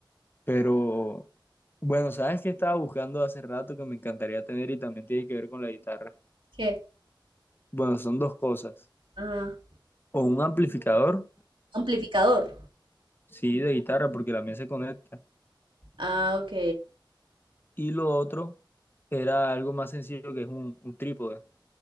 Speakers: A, on the left; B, on the right.
A: pero... Bueno, sabes que estaba buscando hace rato que me encantaría tener y también tiene que ver con la guitarra.
B: ¿Qué?
A: Bueno, son dos cosas.
B: Ajá.
A: O un amplificador,
B: Amplificador.
A: sí, de guitarra, porque la mía se conecta.
B: Ah, ok.
A: Y lo otro era algo más sencillo que es un, un trípode,